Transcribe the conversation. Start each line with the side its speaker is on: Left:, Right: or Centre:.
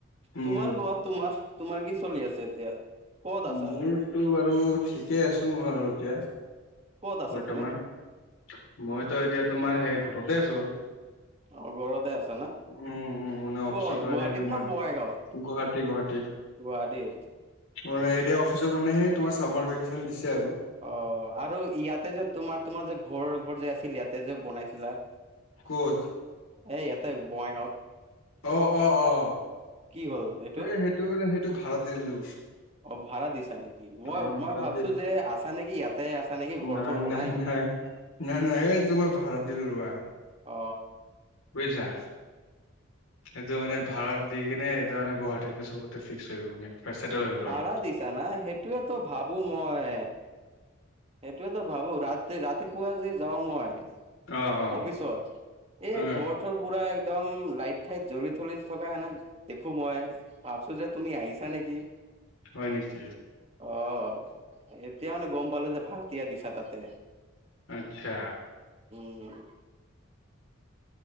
Left: উম।
Right: তোমাৰ কোৱা তোমাৰ তোমাৰ কি চলি আছে এতিয়া? ক'ত আছা
Left: মোৰতো বাৰু ঠিকেই আছো আৰু এতিয়া।
Right: ক'ত আছা
Left: বৰ্তমান,
Right: তুমি
Left: মইতো এতিয়া তোমাৰ সেই ঘৰতে আছো আৰু।
Right: অ ঘৰতে আছা না।
Left: উম, উম, মানে অফিচৰ
Right: ক'ত
Left: পৰা
Right: গুৱাহাটীত
Left: সেই তোমাৰ
Right: না বঙাইগাঁৱত?
Left: গুৱাহাটী গুৱাহাটী
Right: গুৱাহাটীত
Left: মানে এতিয়া অফিচৰ মানে সে তোমাৰ চামাৰ ভেকেচন দিছে আৰু।
Right: অ আৰু ইয়াতে যে তোমাৰ তোমাৰ যে ঘৰ ঘৰ যে আছিল ইয়াতে যে বনাইছিলা।
Left: ক'ত?
Right: এ ইয়াতে বঙাইগাঁৱত।
Left: অ অ অ,
Right: কি হ'ল এইটোৰ
Left: এ সেইটো মানে সেইটো ভাড়াত দি দিলো।
Right: অ ভাড়া দিছা নেকি, মই
Left: অ'
Right: মই
Left: ভাড়াত
Right: ভাবছো
Left: দি
Right: যে আছা নেকি ইয়াতে আছা নেকি ঘৰ
Left: নাই,
Right: থৰ বনাই।
Left: নাই, নাই নাই নাই এই তোমাৰ মই ভাড়াত দিলো ৰোৱা।
Right: অ।
Left: বুজিছা। সেইটো মানে ভাড়া দি কেনে এতিয়া মান গুৱাহাটীত চবতে ফিক্স হৈ গলো মানে। চেটেল হৈ গ'লো
Right: ভাড়া
Left: আৰু
Right: দিছা না, সেইটোয়ে তো ভাবো মই। সেইটোয়ে তো ভাবো ৰাতি ৰাতিপুৱা যে যাওঁ মই
Left: অ অ
Right: অফিচত এই
Left: অ
Right: ঘৰটোৰ পুৰা একদম লাইট ফাইত জ্বলি থলি থকা এনে দেখো মই। ভাবছো যে তুমি আহিছা নেকি?
Left: হয় নেকি?
Right: অঁহ, এতিয়া মানে গম পালো যে ভাৰতীয়া দিছা তাতে।
Left: আচ্ছা।
Right: উম।